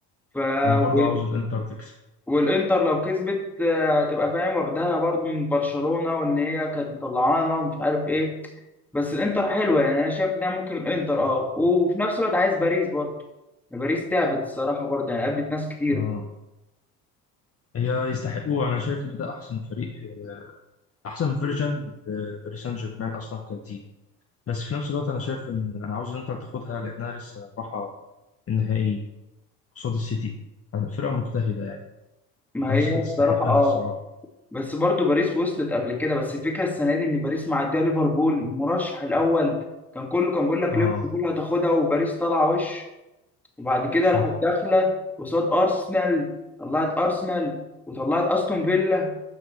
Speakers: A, in the centre; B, on the left.
A: ف
B: أنا برضه
A: و-
B: عاوز الإنتر تكسب
A: والانتر لو كسبت آه، تبقى فاهم واخدها برضو من برشلونه وان هي كانت مطلعانا ومش عارف ايه بس الانتر حلوه يعني انا شايف انها ممكن الانتر اه وفي نفس الوقت عايز باريس برضو باريس تعبت الصراحه برضو يعني قابلت ناس كتير
B: أه هي يستحقوه أنا شايف إن ده أحسن فريق آه، أحسن فيرجن باريس سان جيرمان أصلا كتير بس في نفس الوقت انا شايف ان انا عاوز الانتر تاخدها لانها لسه رايحه النهائي قصاد السيتي فرقه مجتهده يعني
A: ما
B: حاسسها
A: هي
B: تستحقها
A: الصراحه اه
B: الصراحه
A: بس برضو باريس وصلت قبل كده بس الفكره السنه دي ان باريس معديه ليفربول المرشح الاول كان كله كان بيقول لك
B: اه
A: ليفربول هتاخدها وباريس طالعه وش وبعد كده
B: صح
A: راحت داخله قصاد ارسنال طلعت ارسنال وطلعت استون فيلا